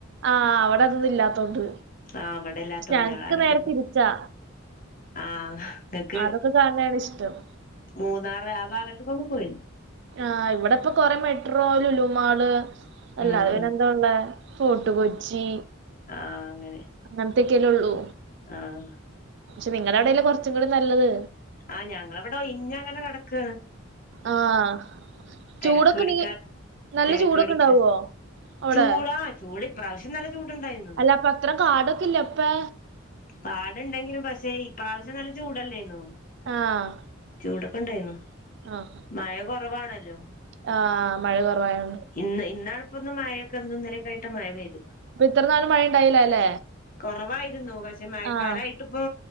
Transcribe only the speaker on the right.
ആഹ് അവിടെ അതൊന്നും ഇല്ലാത്തോണ്ട്
പക്ഷെ ഞങ്ങക്ക്
നേരെ തിരിച്ചാ
അതൊക്കെ കാണണാണ് ഇഷ്ടം
ആഹ് ഇവെടെ ഇപ്പം കൊറെ മെട്രോ ലുലുമാൾ അല്ലാതെ
പിന്നെ
എന്താ ഉള്ളെ? ഫോട്ട് കൊച്ചി
അങ്ങെൻത്തെക്കെ അല്ലെ ഒള്ളു
പക്ഷെ നിങ്ങളെ അയുടെ അല്ലെ കൊർച്ചും കൂടി നല്ലെത്
ആഹ്
ചൂടൊക്കെ
നീ നല്ല
ചൂടൊക്കെ
ഇണ്ടാവോ അയുടെ
അപ്പ അത്രം കാടൊക്കെ ഇല്ലേ അപ്പെ
ആഹ്
ആഹ്
ആഹ് മഴ കൊറവായോണ്ട്
അപ്പൊ ഇത്ര നാളും മഴ ഉണ്ടായില്ല അല്ലേ
ആഹ്